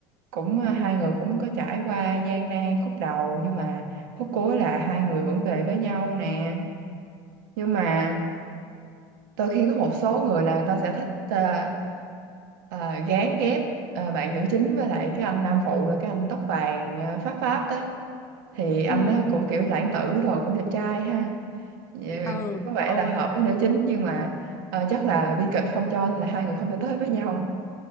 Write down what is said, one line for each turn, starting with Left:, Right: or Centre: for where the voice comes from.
Right: cũng ờ, hai người cũng có trải qua gian nan khúc đầu nhưng mà khúc cuối là hai người vẫn về với nhau nè nhưng mà đôi khi có một số người là người ta sẽ thích à, à, gán ghép à, bạn nữ chính với lại cái anh nam phụ là cái anh tóc vàng à, pháp pháp đó thì anh
Left: Ừ,
Right: đó cũng kiểu lãng tử rồi cũng đẹp trai ha Dạ,
Left: ừ,
Right: cũng có vẻ
Left: trời ơi.
Right: là hợp với nữ chính nhưng mà à, chắc là biên kịch không cho là hai người không thể tới với nhau